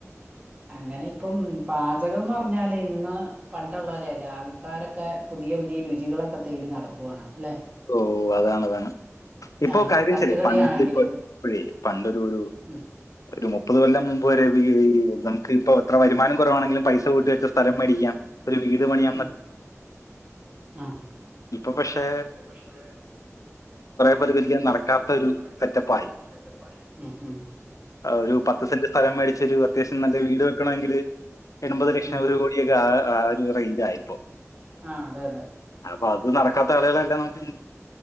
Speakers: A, on the right (about 25°); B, on the left (about 90°).
A: അങ്ങനെ ഇപ്പം പാചകംന്ന് പറഞ്ഞാൽ ഇന്ന് പണ്ടുള്ള പോലെയല്ല ആൾക്കാരൊക്കെ പുതിയ പുതിയ രുചികളൊക്കെ തേടി നടക്കും പോവാണ് അല്ലെ
B: ഓ അതാണ്താണ് ഇപ്പൊ
A: ആഹ്
B: കാര്യം
A: തട്ടുകടയാണെങ്കിലും
B: ശെരിയാ പണ്ട് ഇപ്പോഴ പണ്ടൊരു ഒരു
A: ഉം
B: ഒരു മുപ്പത് കൊല്ലം മു ൻപ് വരെയും നമുക്ക് ഇപ്പൊ എത്ര വരുമാനം കുറവാണെങ്കിലും പൈസ കൂട്ടി വെച്ച സ്ഥലം മേടിക്കാം ഒരു വീട് പണി
A: ഉം ആഹ്
B: ഇപ്പൊ പക്ഷെ
A: ഇപ്പൊ പക്ഷേ അത്
B: പേർക്ക് ഒരിക്കലും
A: കുറെ
B: നടക്കാത്ത
A: പേർക്ക്
B: ഒരു
A: നടക്കാത്ത
B: സെറ്റപ്പായി
A: ഒരു സെറ്റപ്പായി മ് ഹ്
B: ഒരു പത്ത് സെ ന്റ് സ്ഥലം മേടിച്ചൊരു അത്യാവശ്യം നല്ല വീട് വെക്കണമെങ്കിൽ എൺപത് ലക്ഷം
A: ഉം
B: ഒരു കോടിയൊക്കെ ആ റേഞ്ച് ആയി
A: ആഹ് അതെ അതെ
B: അപ്പൊ അത് നടക്കാത്ത ആളുകളെല്ലാം പിന്നെ